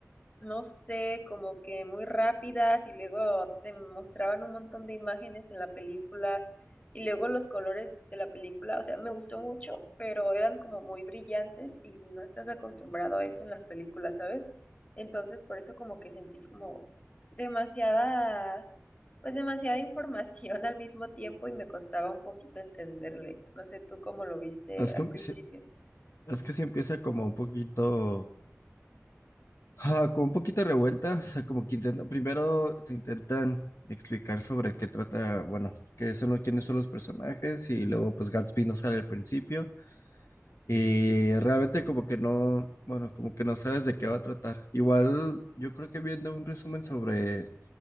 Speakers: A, on the left; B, on the left.
A: no sé, como que muy rápidas y luego te mostraban un montón de imágenes en la película y luego los colores de la película, o sea, me gustó mucho, pero eran como muy brillantes y no estás acostumbrado a eso en las películas, ¿sabes? Entonces, por eso como que sentí como demasiada, pues demasiada información al mismo tiempo y me costaba un poquito entenderle. No sé tú cómo lo viste
B: Es
A: al
B: que,
A: principio.
B: sí- es que sí empieza como un poquito, ah, como un poquito revuelta, o sea, como que intenta, primero te intentan explicar sobre qué trata, bueno, qué son, quiénes son los personajes y luego pues Gatsby no sale al principio. Y realmente como que no, bueno, como que no sabes de qué va a tratar. Igual yo creo que viendo un resumen sobre,